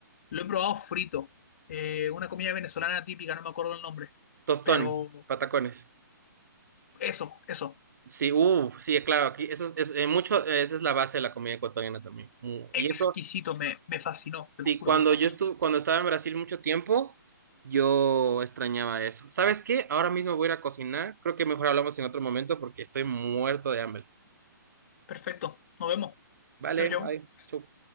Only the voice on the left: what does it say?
Lo he probado frito. Eh, una comida venezolana típica, no me acuerdo el nombre.
Pero
eso, eso.
exquisito,
me, me fascinó, te
lo juro,
me fascinó.
Perfecto, nos vemos.
Chau, chau.